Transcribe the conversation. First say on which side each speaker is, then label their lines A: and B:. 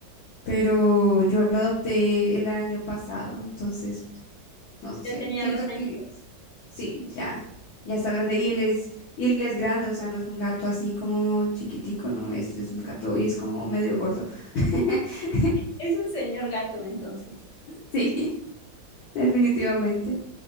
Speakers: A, on the left; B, on the left.
A: pero yo lo adopté el año pasado, entonces, no sé.
B: De
A: Siento
B: pañitos.
A: que sí, ya, ya está grande. Y él es, y él es grande, o sea, no es un gato así como chiquitico, no, es, es un gato y es como medio gordo. <laughs>
B: Es un señor gato, entonces.
A: Sí, definitivamente.